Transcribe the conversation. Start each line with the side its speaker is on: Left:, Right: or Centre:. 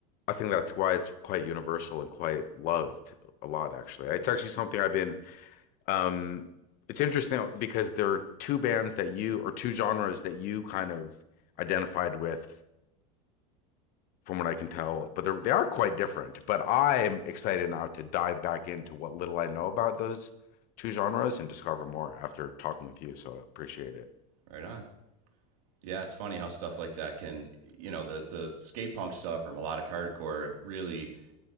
Left: I think that's why it's quite universal and quite loved a lot actually. It's actually something I've been um it's interesting because there are two bands that you or two genres that you kind of identified with from what I can tell, but they're, quite different. But I'm excited now to dive back into what little I know about those two genres and discover more after talking with you. So I appreciate it.
Right: right on yeah it's funny how stuff like that can you know the the skate punk stuff or melodic hardcore really